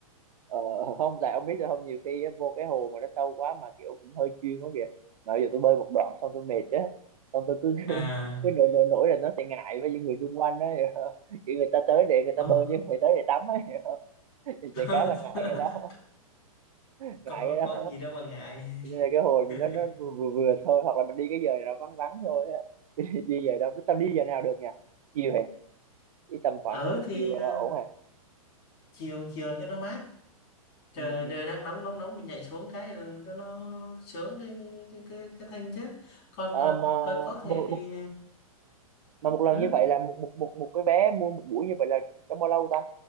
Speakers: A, on the right (about 75°); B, on the left (about 45°).
A: Ờ, không tại ông biết rồi không nhiều khi á, vô cái hồ mà nó sâu quá mà kiểu cũng hơi chuyên quá kìa mà bây giờ tôi bơi một đoạn xong tôi mệt á xong tôi cứ <laughs>
B: à
A: cứ nổi nổi nổi là nó sẽ ngại với những người xung quanh á hiểu không? <laughs> kiểu người ta tới để người
B: có
A: ta bơi chứ không phải tới để tắm á hiểu không? <laughs> thì
B: <laughs>
A: trẻ cá là ngại cái đó <laughs> ngại
B: có
A: cái đó
B: có gì đâu mà ngại
A: Cho nên là cái hồ
B: <laughs>
A: thì nó nó vừa vừa, vừa thôi hoặc là mình đi cái giờ này nó vắng vắng thôi á <laughs> đi, giờ đâu tao đi giờ nào được nhỉ chiều hả? đi tầm khoảng
B: ở thì
A: chiều
B: à,
A: là ổn hả?
B: chiều chiều cho nó mát trời
A: ừ, ừ.
B: đời đang nóng nóng nóng mình nhảy xuống cái ừ, cho nó sướng cái cái cái cái, cái thân chứ còn
A: Ờ,
B: ờ,
A: mà một,
B: còn có thể thì
A: một mà
B: ừ.
A: một lần như vậy là một một một một cái vé mua một buổi như vậy là trong bao lâu ta